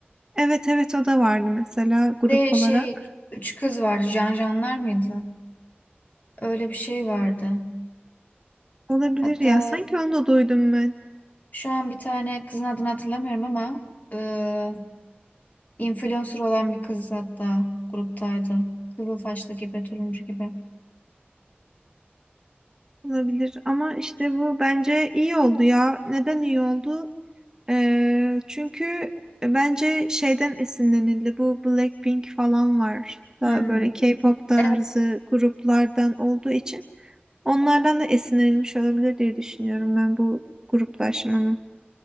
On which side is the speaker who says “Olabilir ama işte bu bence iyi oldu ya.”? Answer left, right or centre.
Right